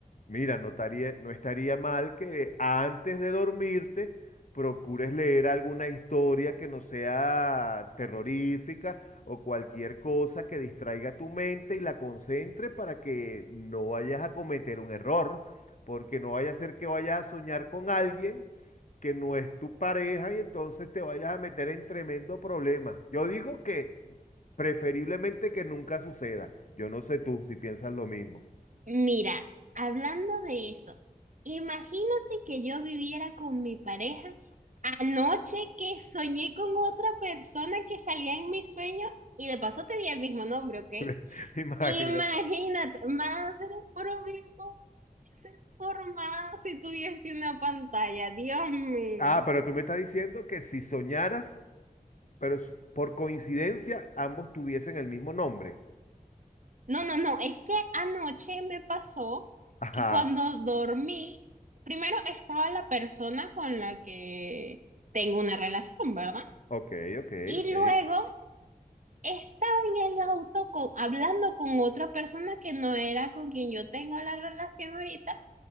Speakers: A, on the left; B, on the right.
A: mira, no estaría, no estaría mal que antes de dormirte procures leer alguna historia que no sea terrorífica o cualquier cosa que distraiga tu mente y la concentre para que no vayas a cometer un error. Porque no vaya a ser que vayas a soñar con alguien que no es tu pareja y entonces te vayas a meter en tremendo problema. Yo digo que preferiblemente que nunca suceda. Yo no sé tú si piensas lo mismo.
B: Mira, hablando de eso, imagínate que yo viviera con mi pareja anoche que soñé con otra persona que salía en mis sueños y de paso tenía el mismo nombre, ¿ok?
A: <laughs> Imagínate.
B: Imagínate, madre problema que se formaba si tuviese una pantalla, Dios mío.
A: Ah, pero tú me estás diciendo que si soñaras, pero s- por coincidencia ambos tuviesen el mismo nombre.
B: No, no, no, es que anoche me pasó
A: Ajá.
B: que cuando dormí, primero estaba la persona con la que tengo una relación, ¿verdad?
A: Ok, ok,
B: Y
A: ok.
B: luego estaba en el auto con, hablando con otra persona que no era con quien yo tengo la relación ahorita.